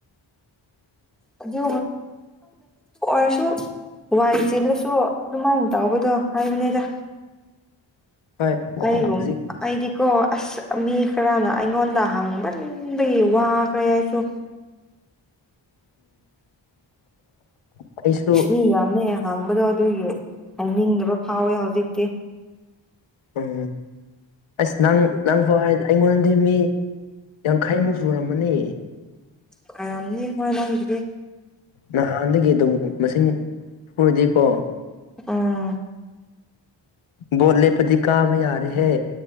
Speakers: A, in the centre; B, on the left.
A: ꯑꯗꯨ ꯍꯧꯔꯁꯨ ꯋꯥꯏ ꯆꯤꯜꯂꯁꯨ ꯑꯗꯨꯃꯥꯏꯅ ꯇꯧꯕꯗꯣ ꯍꯥꯏꯕꯅꯦꯗ
B: ꯍꯣꯏ
A: ꯑꯨꯝ
B: ꯍꯧꯖꯤꯛ
A: ꯑꯩꯗꯤꯀꯣ ꯑꯁ ꯃꯤ ꯈꯔꯅ ꯑꯩꯉꯣꯟꯗ ꯍꯪꯕꯟꯕꯒꯤ ꯋꯥꯈ꯭ꯔꯦ ꯑꯩꯁꯨ
B: ꯎꯝ ꯑꯩꯁꯨ
A: ꯃꯤ ꯌꯥꯝꯃꯦ ꯍꯥꯡꯕꯗꯣ ꯑꯗꯨꯒꯤ ꯍꯥꯏꯅꯤꯡꯗꯕ ꯐꯥꯎꯋꯦ ꯍꯧꯖꯤꯛꯇꯤ
B: ꯎꯝ ꯑꯁ ꯅꯪ ꯅꯪ ꯐ ꯍꯥꯏ ꯑꯩꯉꯣꯟꯗꯗꯤ ꯃꯤ ꯌꯥꯡꯈꯩꯃꯨꯛ ꯁꯨꯔꯝꯃꯅꯤ
A: ꯀꯌꯥꯝꯅꯤ ꯍꯅꯗꯤ
B: ꯅꯍꯥꯟꯗꯒꯤ ꯑꯗꯨꯝ ꯃꯁꯤꯡ ꯐꯔꯗꯤꯀꯣ
A: ꯎꯝ
B: ꯕꯣꯜ ꯂꯦꯞꯄꯥꯗꯤ ꯀꯥꯕ ꯌꯥꯔꯦꯍꯦ